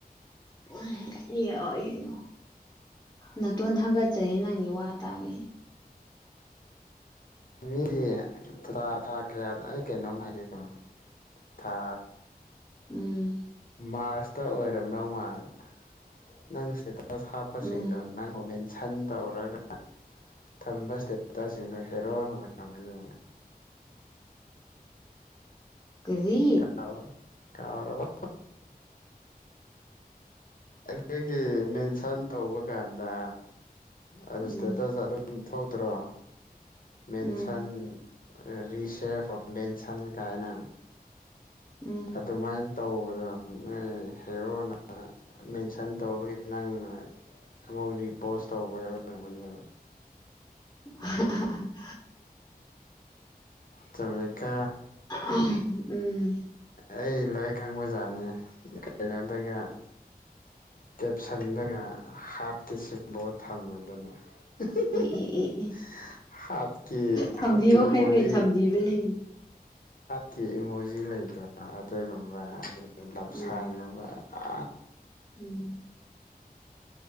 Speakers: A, on the left; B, on the left.
A: ꯎꯝ ꯂꯤꯔꯛꯑꯣ ꯂꯤꯌꯣ ꯅꯥꯇꯣꯟ ꯍꯥꯒꯠꯆꯩ ꯅꯪꯒꯤ ꯋꯥ ꯇꯥꯕꯩ
B: ꯃꯤ ꯊꯥ ꯊꯥ ꯀꯌꯥꯗ ꯑꯩ ꯀꯩꯅꯣꯝ ꯍꯥꯏꯒꯦꯀꯣ ꯊꯥ
A: ꯎꯝ
B: ꯃꯥꯔꯁꯇ ꯑꯣꯏꯔꯝꯗꯧ ꯃꯥꯜꯂꯦ ꯅꯪ ꯁ꯭ꯇꯦꯇꯁ ꯍꯥꯞꯄꯁꯤꯡꯗꯣ
A: ꯎꯝ
B: ꯅꯪꯕꯨ ꯃꯦꯟ ꯁꯟ ꯇꯧꯔꯒ ꯊꯝꯕ ꯁ꯭ꯇꯦꯇꯁꯁꯤꯡꯗꯨ ꯍꯦꯔꯣꯅ ꯑꯣꯏꯔꯝꯒꯅꯤ
A: ꯀꯔꯤ
B: ꯀꯥꯎ ꯀꯥꯎꯔꯕꯣ ꯑꯩꯈꯣꯏꯒꯤ ꯃꯦꯟꯁꯟ ꯇꯧꯕ ꯀꯥꯟꯗ ꯑꯗꯨ
A: ꯎꯝ
B: ꯁ꯭ꯇꯦꯇꯁꯇ ꯑꯗꯨꯝ ꯊꯣꯛꯇ꯭ꯔꯣ ꯃꯦꯟꯁꯟ
A: ꯎꯝ
B: ꯔꯤꯁꯤꯌꯔ ꯐ꯭ꯔꯣꯝ ꯃꯦꯟꯁꯟ ꯀꯥꯏꯅ
A: ꯎꯝ
B: ꯑꯗꯨꯃꯥꯏ ꯇꯧꯕꯗꯣ ꯅꯣꯏ ꯍꯦꯔꯣꯅ ꯃꯦꯟꯁꯟ ꯇꯧꯕꯒꯤ ꯅꯪꯅ ꯑꯃꯨꯛ ꯔꯤꯄꯣꯁ ꯇꯧꯕ ꯑꯣꯏꯔꯝꯒꯅꯤ
A: <inaudible> <unintelligible>
B: ꯆꯨꯝꯃꯦꯀꯣ
A: <inaudible> ꯎꯝ
B: ꯑꯩ ꯂꯣꯏ ꯈꯪꯕꯖꯥꯠꯅꯤ ꯀꯩꯅꯣꯗꯒ ꯀꯦꯞꯁꯜꯗꯒ ꯍꯥꯠꯀꯤ ꯁꯤꯝꯕꯣꯜ ꯊꯝꯃꯗꯅ <unintelligible>
A: ꯑꯦ ꯑꯦ ꯑꯦ ꯑꯦ
B: ꯍꯥꯠꯀꯤ
A: ꯊꯝꯕꯤꯌꯣ
B: ꯍꯥꯠꯀꯤ ꯏꯃꯣꯖꯤ
A: ꯍꯥꯏꯕꯩ ꯊꯝꯕꯤꯕꯅꯤꯅꯦ
B: ꯇꯤ ꯏꯃꯣꯖꯤ ꯂꯩꯗ꯭ꯔꯣ ꯑꯗꯨꯒꯨꯝꯕ ꯑꯗꯒꯤ ꯂꯞꯁꯥꯏ
A: ꯎꯝ
B: ꯑꯝꯃ ꯑ
A: ꯎꯝ